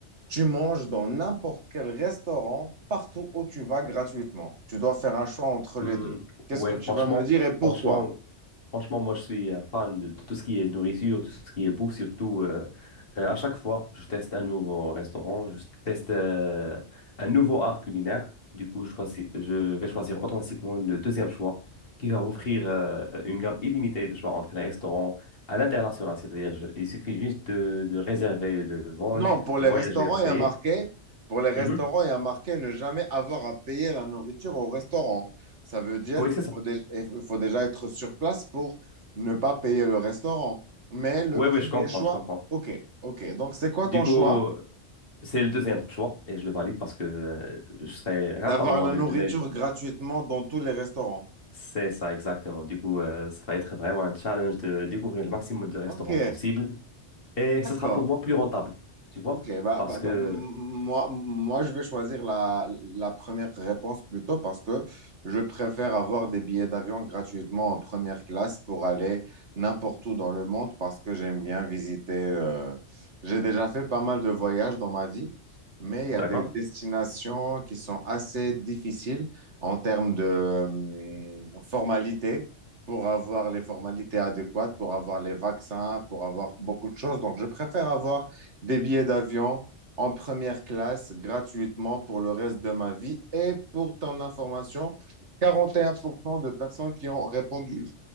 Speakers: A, on the right; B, on the left.
A: tu manges dans n'importe quel restaurant, partout où tu vas gratuitement. Tu dois faire un choix entre
B: Oui,
A: les deux. Qu'est-ce
B: ouais,
A: que tu
B: franchement,
A: vas me dire et pourquoi?
B: franchement, Franchement, moi, je suis un fan de, de tout ce qui est nourriture, tout ce qui est bouffe, surtout euh, euh, à chaque fois, je teste un nouveau restaurant, je teste euh, un nouveau art culinaire. Du coup, je, choisis- je vais choisir automatiquement le deuxième choix qui va m'offrir euh, une gamme illimitée de choix entre les restaurants à l'international. C'est-à-dire, je- il suffit juste de, de réserver le vol,
A: Non, pour
B: de
A: les
B: voyager
A: restaurants,
B: en
A: il
B: pays.
A: y a marqué, pour les restaurants,
B: Mhm.
A: il y a marqué ne jamais avoir à payer la nourriture au restaurant. Ça veut dire
B: Oui,
A: qu'il
B: c'est ça.
A: faut, dé- il faut déjà être sur place pour ne pas payer le restaurant. Mais le
B: Oui,
A: premier
B: oui, je comprends,
A: choix,
B: je comprends.
A: ok, ok. Donc, c'est quoi
B: Du
A: ton
B: coup,
A: choix?
B: c'est le deuxième choix et je le valide parce que euh, je serais capable
A: D'avoir
B: moi-même
A: la nourriture
B: de,
A: gratuitement dans tous les restaurants.
B: C'est ça, exactement. Du coup, euh, ça va être vraiment un challenge de découvrir le maximum de restaurants
A: Ok,
B: possible. Et ce
A: d'accord.
B: sera pour moi plus rentable, tu vois?
A: Ok, bah,
B: Parce
A: bah,
B: que,
A: bah, m- moi, moi, je vais choisir la, la première réponse plutôt parce que je préfère avoir des billets d'avion gratuitement en première classe pour aller n'importe où dans le monde parce que j'aime bien visiter. euh, J'ai déjà fait pas mal de voyages dans ma vie, mais il y
B: d'accord?
A: a des destinations qui sont assez difficiles en termes de hum, formalités. pour avoir les formalités adéquates, pour avoir les vaccins, pour avoir beaucoup de choses. Donc, je préfère avoir des billets d'avion en première classe gratuitement pour le reste de ma vie. Et pour ton information, 41% de personnes qui ont répondu